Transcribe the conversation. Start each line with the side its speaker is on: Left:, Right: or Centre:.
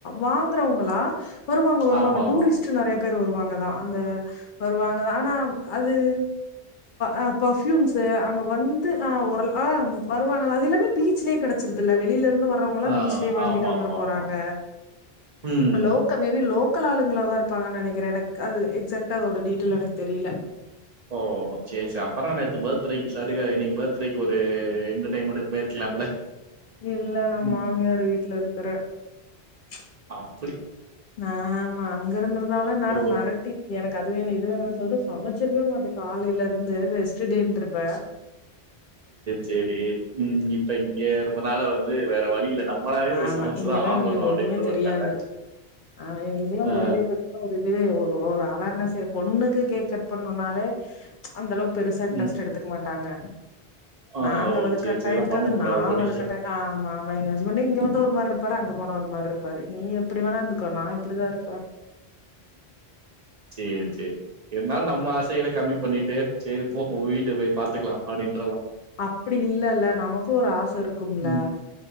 Left: வாங்கறவங்களா வருவாங்க வருவாங்க
Right: ஆமா
Left: டூரிஸ்ட்
Right: ஆமா
Left: நறைய பேர் வருவாங்க அந்த வருவங்க ஆனா அது ஆ பர்பூயூம்ஸ் அங்க வந்து ஆஹ்ர வருவாங்க அது இல்லாமே பீச்சலயே கிடைச்சறதுல்ல வெளியில இருந்து வர்றவங்க
Right: ஆ
Left: பீச்லே வாங்கிட்டு
Right: ஆமா
Left: வந்து
Right: ஆமா
Left: போறாங்க
Right: ஆமா ம்
Left: லோக்க மேபி லோக்கல ஆளு உங்களா தான் இருப்பாங்க நினைக்றன் எனக்கு அது எக்ஸக்ட்டா அதோட டீட்டெயல் எனக்கு தெரில
Right: ஓ சேர் சேரி அப்பனா நேத்து பர்த்டேக்கு சாரி தான் இன்னைக்கு பர்த்டேக்கு ஒரு என்டர்டமெண்ட்க்கு போயிருக்கலாம்ல
Left: இல்ல நா
Right: ம்
Left: மாமியார் வீட்டுல இருக் ற ச்ச
Right: ஆஹ்
Left: ஆமா அங்க இருந்திருந்தாலும் இந்நேரம்
Right: ஓ
Left: மெரட்டி எனக்கு அது அது வேணம் இது வேணும் சொல்லிட்டு சமைச்சிருக்கவே மாட்டன் காலையில இருந்து வந்த ரெஸ்ட்டே இருப்ப
Right: செரி உம் இப்ப இங்க இருந்தனால வந்து வேற வழி இல்ல நம்மளாவே போய்
Left: ஆமா
Right: சமைச்சுதா
Left: இங்கெல்லாம்
Right: ஆகணு
Left: இதுங்களுக்கு
Right: அப்டின்ற
Left: ஒண்ணுமே தெரியாது
Right: ஒரு கட்டாய
Left: ஆமா எங்களுக்குெல்லாம்
Right: ஆ
Left: பர்த்டே ப ஒரு இதுவே அவ என்ன சரி பொண்ணுக்கு கேக் கட் பண்ணும்னாலே அந்த அளவுக்கு பெருசா இன்ரஸ்ட்
Right: ம்
Left: எத்துக்க மாட் ட்டாங்க
Right: ஆ
Left: நாங்க
Right: ஓ
Left: வழுக்கட்டாயதுக்கு
Right: சேரி சேரி இதெல்லா பண்ணக்கூடாது
Left: அது நான்
Right: அப்டின்ற
Left: வழுக்கட்ட ஆமாமாங்க ங்க வந்து ஒரு மார் பாரு அங்க போன ஒரு மார் இருப்பாரு நீ எப்படி வேணா இருந்துக்கோ நா இப்படி தான் இரு
Right: செரி செரி இருந்தலும் நம்ம ஆசைகள கம்மி பண்ணிட்டு சரி போ உ வீட்டு போய் பாத்துக்கலாம் அப்படின்னு
Left: அப்படி இல்ல இல்ல நமக்கும் ஒரு ஆச இருக்கும்ல
Right: ம்.